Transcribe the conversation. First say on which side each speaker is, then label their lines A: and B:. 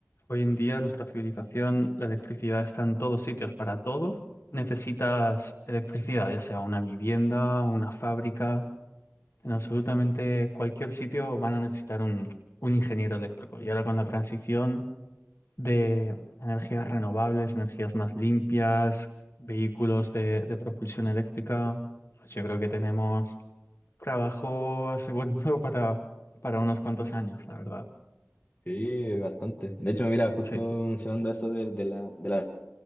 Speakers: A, on the left; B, on the left.
A: hoy en día nuestra civilización, la electricidad está en todos sitios, para todo necesitas electricidad, ya sea una vivienda, una fábrica, en absolutamente cualquier sitio van a necesitar un, un ingeniero eléctrico. Y ahora con la transición de energías renovables, energías más limpias, vehículos de, de propulsión eléctrica, pues yo creo que tenemos trabajo asegurado <laughs> para, para unos cuantos años, la verdad.
B: Sí, bastante. De hecho, mira, justo
A: Sí.
B: mencionando eso de, de la, de la...